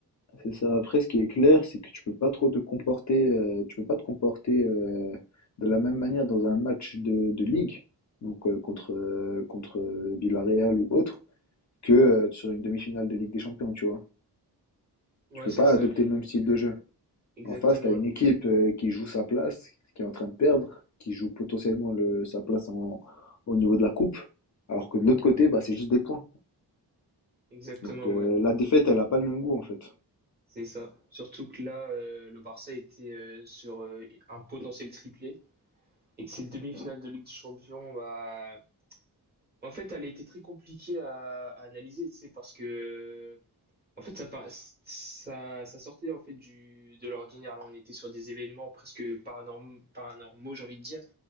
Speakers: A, on the left; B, on the right.
A: C'est ça. Après, ce qui est clair, c'est que tu peux pas trop te comporter, euh, tu peux pas te comporter euh, de la même manière dans un match de, de ligue, donc euh, contre euh, contre euh, Villarreal ou autre, que euh, sur une demi-finale de Ligue des Champions, tu vois.
B: Ouais,
A: Tu peux
B: c'est
A: pas
B: ça,
A: adopter
B: les...
A: le même style de jeu.
B: exactement,
A: En face, tu as une
B: ouais.
A: équipe euh, qui joue sa place, qui est en train de perdre, qui joue potentiellement le, sa place en- au niveau de la coupe, alors que de l'autre côté, bah, c'est juste des points.
B: exactement,
A: Donc euh,
B: ouais,
A: la défaite, elle a pas le même goût en fait.
B: c'est ça. Surtout que là, euh, le Barça était euh, sur euh, un potentiel triplé. Et que cette demi-finale de Ligue des Champions, bah, en fait, elle a été très compliquée à, à analyser, tu sais, parce que, en fait, ça, par- ça, ça sortait en fait du, de l'ordinaire. Là, on était sur des événements presque paranorm- paranormaux, j'ai envie de dire.